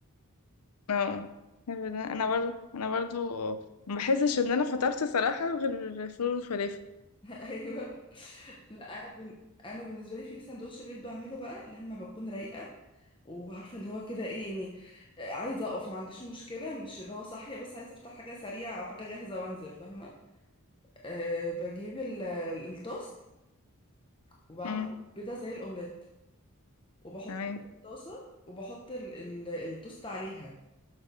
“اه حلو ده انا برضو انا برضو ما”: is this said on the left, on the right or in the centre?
Left